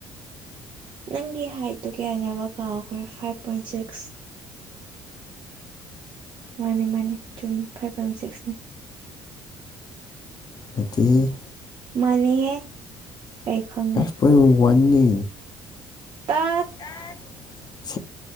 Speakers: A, on the right; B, on the left.
A: ꯅꯪꯒꯤ ꯍꯥꯏꯠꯇꯣ ꯀꯌꯥꯅꯦꯕ ꯀꯥꯎꯈ꯭ꯔꯦ ꯐꯥꯏꯚ ꯄꯣꯏꯟ ꯁꯤꯛꯁ꯫ ꯃꯥꯅꯦ ꯃꯥꯅꯦ ꯆꯨꯝꯃꯦ ꯐꯥꯏꯚ ꯄꯥꯏꯟ ꯁꯤꯛꯁꯅꯤ꯫
B: ꯅꯠꯇꯦꯌꯦ꯫
A: ꯃꯅꯤꯍꯦ ꯑꯩꯈꯪꯉꯦ꯫
B: ꯑꯣꯢꯌꯨꯋꯟꯅꯤ꯫
A: ꯇꯥꯠ꯫
B: ꯇꯠ